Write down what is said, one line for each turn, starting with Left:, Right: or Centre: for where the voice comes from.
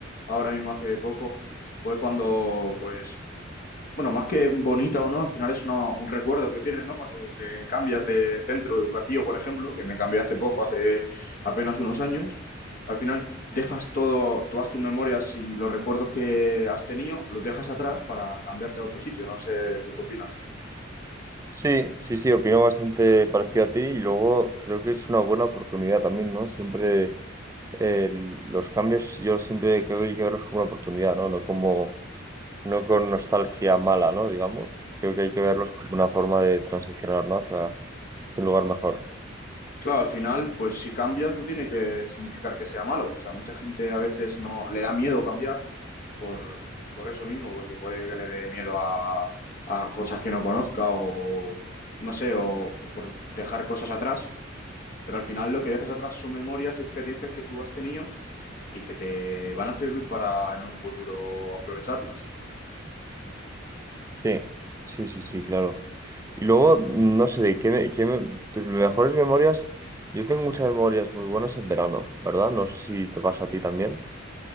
Left: ahora mismo hace poco fue cuando, pues, bueno, más que bonita o no, al final es una- un recuerdo que tienes, ¿no? Cuando te cambias de centro educativo, por ejemplo, que me cambié hace poco, hace apenas unos años, al final dejas todo, todas tus memorias y los recuerdos que has tenido, los dejas atrás para cambiarte a otro sitio, no sé, ¿tú qué opinas?
Right: Sí, sí, sí, opino bastante parecido a ti y luego creo que es una buena oportunidad también, ¿no? Siempre eh, los cambios yo siempre creo que hay que verlos como una oportunidad, ¿no? No como no con nostalgia mala, ¿no? Digamos, creo que hay que verlos como una forma de transicionar, ¿no? Hacia un lugar mejor.
Left: Claro, al final, pues si cambias no tiene que significar que sea malo. O sea, mucha gente a veces no le da miedo cambiar por, por eso mismo, porque puede que le dé miedo a, a cosas que no conozca o no sé, o, o por dejar cosas atrás. Pero al final lo que dejas atrás son memorias y experiencias que tú has tenido y que te van a servir para en un futuro aprovecharlas.
Right: Sí, sí, sí, sí, claro. Y luego, no sé, de qué me, qué me- tus mejores memorias, yo tengo muchas memorias muy buenas en verano, ¿verdad? No sé si te pasa a ti también.